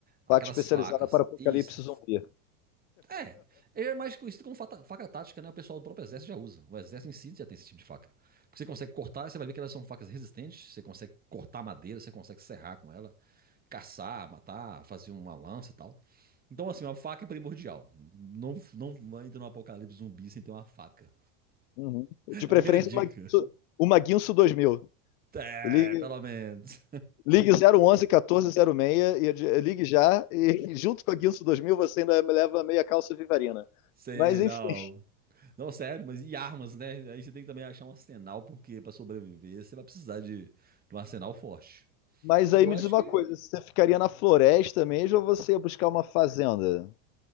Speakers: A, on the right (about 20°); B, on the left (about 65°).
A: Aquelas
B: faca especializada
A: facas.
B: para apocalipse
A: Isso,
B: zumbi.
A: É, ele é mais conhecido como faca, faca tática, né? O pessoal do próprio exército já usa. O exército em si já tem esse tipo de faca. Porque você consegue cortar, você vai ver que elas são facas resistentes, você consegue cortar madeira, você consegue serrar com ela, caçar, matar, fazer uma lança e tal. Então, assim, uma faca é primordial. Não, não entra no apocalipse zumbi sem ter uma faca.
B: Uhum. De
A: A
B: preferência
A: primeira dica.
B: uma Guinso, uma Guinso 2000.
A: É,
B: Ligue,
A: pelo menos.
B: ligue 011 1406 e adi- ligue já e <laughs> junto com a Guinso 2000 você ainda me leva meia calça vivarina.
A: <laughs> Sei,
B: Mas enfim,
A: não. Não, sério, mas e armas, né? Aí você tem que também achar um arsenal, porque para sobreviver você vai precisar de, de um arsenal forte.
B: mas aí
A: Eu
B: me
A: acho
B: diz uma
A: que,
B: coisa, você ficaria na floresta mesmo ou você ia buscar uma fazenda?